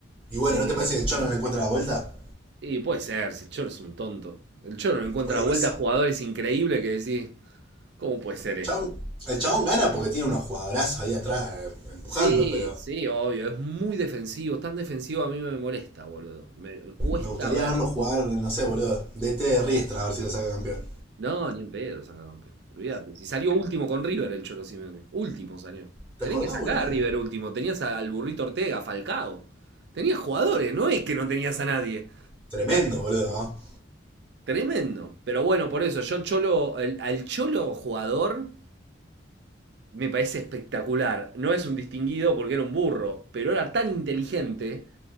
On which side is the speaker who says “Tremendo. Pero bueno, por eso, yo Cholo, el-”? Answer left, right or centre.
Right